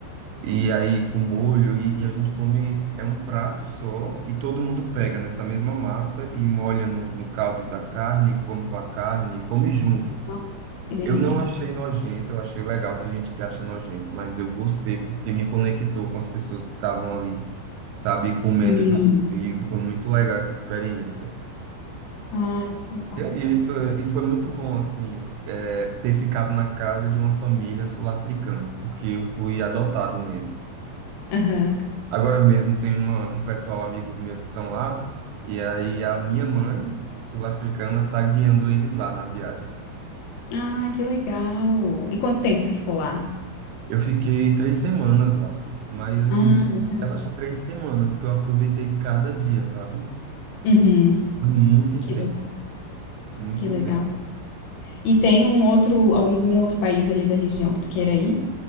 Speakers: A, on the right; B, on the left.
A: E aí com molho, e, e a gente come, é um prato só, e todo mundo pega nessa mesma massa e molha no, no caldo da carne, come com a carne, come junto.
B: Nossa, Que delícia.
A: Eu não achei nojento, eu achei legal, tem gente que acha nojento, mas eu gostei porque me conectou com as pessoas que estavam ali, sabe, comendo
B: Sim.
A: junto comigo, foi muito legal essa experiência.
B: Ah, que legal.
A: E é isso, é, e foi muito bom, assim, é, ter ficado na casa de uma família sul-africana, porque eu fui adotado mesmo.
B: Aham.
A: Agora mesmo tem uma, um pessoal, amigos meus que estão lá, e aí a minha mãe, sul-africana, tá guiando eles lá na viagem.
B: Ah, que legal. E quanto tempo tu ficou lá?
A: Eu fiquei três semanas lá, mas assim,
B: Ah,
A: foram
B: legal.
A: aquelas três semanas que eu aproveitei cada dia, sabe?
B: Uhum.
A: Foi muito intenso,
B: Que legal,
A: muito
B: que legal.
A: intenso.
B: E tem um outro, algum outro país ali da região que tu queira ir?